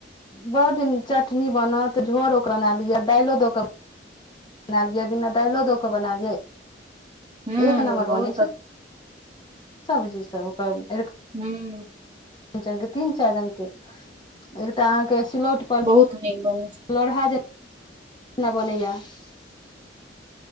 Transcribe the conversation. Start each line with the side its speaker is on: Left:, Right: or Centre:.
Left: बड्ड चटनी बनत झोड़ोके बना लिअ दालिओ दऽ कऽ -बना लिअ बिना दालिओ दऽ कऽ बना लियै।
Right: हूं
Left: <unintelligible> एक नम्बर
Right: बहुत
Left: बनै छै। <unintelligible> सबजी सब ओकर। <unintelligible>
Right: हू। <unintelligible>
Left: न च तीन चारि अङके एक तऽ अहाँके। सिलोट पर
Right: बहुत नीक बनै छै
Left: <unintelligible> लढा। बोलेए। <unintelligible>